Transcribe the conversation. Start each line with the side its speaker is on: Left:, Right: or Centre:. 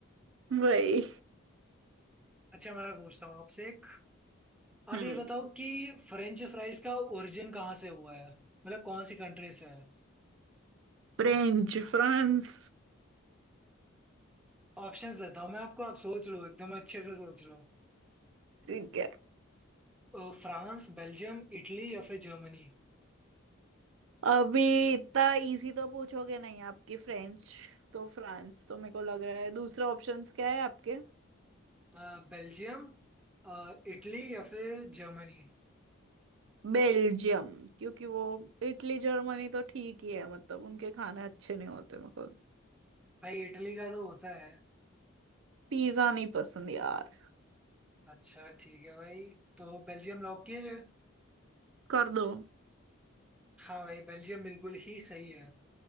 Right: वही
Centre: अच्छा मैं पूछता हूँ आपसे एक आप
Right: हम्म
Centre: ये बताओ कि फ्रेंच फ्राइज का ओरिजिन कहाँ से हुआ है मतलब कौन सी कंट्री से है
Right: French France
Centre: ऑप्शंस देता हूँ मैं आपको आप सोच लो एकदम अच्छे से सोच लो
Right: ठीक है
Centre: अ, फ्रांस बेल्जियम इटली या फिर जर्मनी
Right: अभी इतना इजी तो पूछोगे नहीं आपकी फ्रेंच तो फ्रांस तो मेरे को लग रहा है दूसरा ऑप्शंस क्या है आपके
Centre: अ, बेल्जियम अ, इटली या फिर जर्मनी
Right: बेल्जियम क्योंकि वो इटली जर्मनी तो ठीक ही है मतलब उनके खाने अच्छे नहीं होते मेरे को
Centre: भाई इटली का तो होता है
Right: पिज्जा नहीं पसंद यार
Centre: अच्छा ठीक है भाई तो बेल्जियम लॉक किया जाए
Right: कर दो
Centre: हाँ भाई बेल्जियम बिल्कुल ही सही है